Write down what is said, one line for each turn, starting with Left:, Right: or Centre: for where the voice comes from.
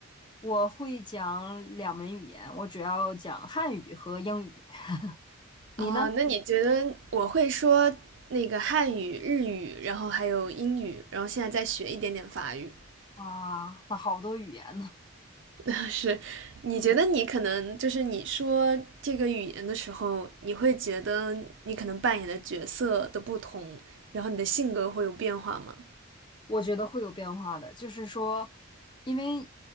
Left: 我会讲两门语言，我主要讲汉语和英语。<laughs> 你呢？
Right: 哦，那你觉得我会说那个汉语、日语，然后还有英语，然后现在再学一点点法语。
Left: 哇，那好多语言呢。
Right: <laughs> 是，你觉得你可能就是你说这个语言的时候，
Left: 嗯，
Right: 你会觉得你可能扮演的角色的不同，然后你的性格会有变化吗？
Left: 我觉得会有变化的，就是说，因为